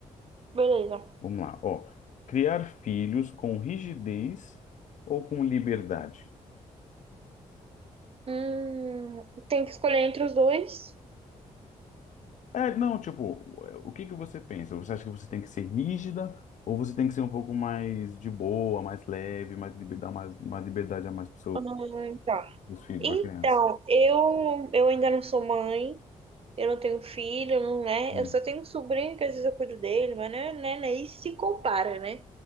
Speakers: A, on the right; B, on the left.
A: Beleza.
B: Vamos lá. Ó, criar filhos com rigidez ou com liberdade?
A: Hum, tem que escolher entre os dois.
B: É, não, tipo, o que que você pensa? Você acha que você tem que ser rígida ou você tem que ser um pouco mais de boa, mais leve, mais liber- dar mais, mais liberdade a mais para
A: Hum, tá.
B: os filhos,
A: Então,
B: para criança?
A: eu, eu ainda não sou mãe, eu não tenho filho, não, né?
B: Hum.
A: Eu só tenho um sobrinho que às vezes eu cuido dele, mas né, né, né, isso se compara, né?